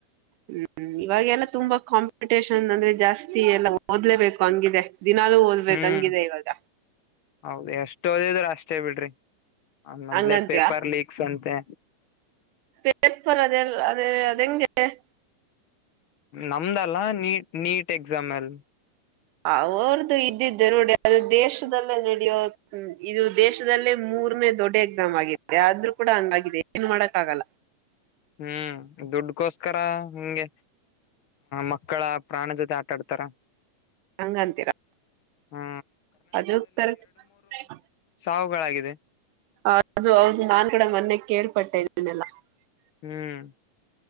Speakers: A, on the right (about 80°); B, on the left (about 50°).
A: ಹ್ಮ್ ಇವಾಗೆಲ್ಲಾ ತುಂಬಾ ಕಾಂಪಿಟೇಷನ್ ಅಂದ್ರೆ ಜಾಸ್ತಿ ಎಲ್ಲಾ ಓದ್ಲೇಬೇಕು ಹಂಗಿದೆ ದಿನಾಲೂ ಓದ್ಬೇಕು
B: ಹ್ಮ್
A: ಹಂಗಿದೆ ಇವಾಗ
B: ಹೌದು ಎಷ್ಟೋದಿದ್ರೆ ಅಷ್ಟೇ ಬಿಡ್ರಿ ಆ ಮೊದ್ಲೆ
A: ಹಂಗಂತೀರಾ
B: ಪೇಪರ್ ಲೀಕ್ಸ್ ಅಂತೆ
A: ಪೇಪರ್ ಅದೆೇ ಅದೇ ಅಗೆ <unintelligible>
B: ನಮ್ದಲ್ಲ ನೀ ನೀಟ್ ಎಕ್ಸಾಮಲ್
A: ಅವ್ರ್ದು ಇದ್ದಿದ್ದೆ ನೋಡಿದು ದೇಶದಲ್ಲೇ ನಡಿಯೋ ಇದು ದೇಶದಲ್ಲೇ ಮೂರನೇ ದೊಡ್ಡ ಎಕ್ಸಾಮ್ ಆಗಿದೆ ಆದ್ೂ ಕೂಡ ಹಂಗಾಗಿದೆ ಏನ್ ಮಾಡಕ್ ಆಗಲ್ಲ
B: ಹ್ಮ್ ದುಡ್ಕೋಸ್ಕರ ಹಂಗೆ ಮಕ್ಕಳ ಪ್ರಾಣ ಜೊತೆ ಆಟಾಡ್ತಾರ
A: ಹಂಗಂತೀರ
B: ಹಾ
A: ಅದ ಕ
B: ಸಾವುಗಳಾಗಿದೆ
A: ಅದು ಹೌದು ನಾನ್ ಕೂಡ ಮೊನ್ನೆ ಕೇ ಪಟ್ಟೆಲ್ಲ <unintelligible>
B: ಹ್ಮ್